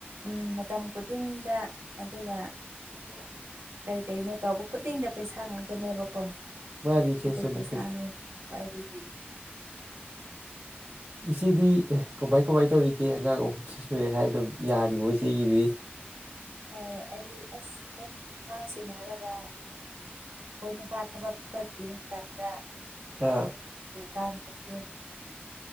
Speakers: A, on the right; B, on the right.
A: ꯎꯝ ꯃꯇꯝ ꯈꯨꯗꯤꯡꯗ ꯑꯗꯨꯒ
B: <inaudible>
A: ꯀꯩ ꯀꯩꯅꯣ ꯇꯧꯕ ꯈꯨꯗꯤꯡꯗ ꯄꯩꯁꯥ ꯉꯥꯛꯇꯅꯦꯕ ꯀꯣ
B: ꯃꯥꯅꯤ ꯏꯆꯦ
A: ꯑꯗꯨ
B: ꯆꯨꯝꯃꯤ
A: ꯄꯩꯁꯥꯅꯦ
B: ꯄꯩꯁꯥ
A: ꯈ꯭ꯋꯥꯏꯗꯒꯤꯗꯤ
B: ꯏꯆꯦꯗꯤ ꯀꯃꯥꯏ ꯀꯃꯥꯏ ꯇꯧꯔꯤꯒꯦ ꯑꯉꯥꯡ ꯑꯍꯨꯝꯁꯨ ꯁꯨꯔꯦ ꯍꯥꯏ ꯑꯗꯨꯝ ꯌꯥꯔꯤꯕꯣ ꯏꯆꯦꯒꯤꯗꯤ
A: ꯍꯣꯏ ꯑꯩꯗꯤ ꯑꯁ ꯑꯗꯨꯝ ꯑꯉꯥꯡ ꯁꯤꯟꯅꯔꯒ ꯑ ꯑꯩꯈꯣꯏꯅꯄꯥꯥ ꯊꯕꯈꯤ ꯆꯗ
B: ꯑꯥ
A: ꯀ ꯁꯦꯝ